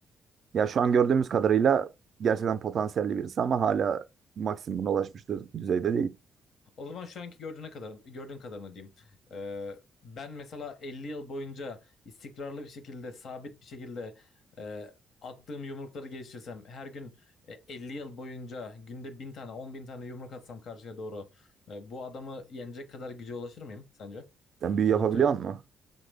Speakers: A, on the right; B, on the left.
A: Ya şu an gördüğümüz kadarıyla gerçekten potansiyelli birisi ama hala maksimuma ulaşmış düzeyde değil.
B: O zaman şu anki gördüğüne kadar, gördüğün kadarını diyeyim. Ee, ben mesela 50 yıl boyunca istikrarlı bir şekilde, sabit bir şekilde e, attığım yumrukları geliştirsem, her gün e, 50 yıl boyunca günde 1000 tane, on bin tane yumruk atsam karşıya doğru, e, bu adamı yenecek kadar güce ulaşır mıyım sence?
A: Sen büyü yapabiliyor
B: Naruto'yu?
A: musun?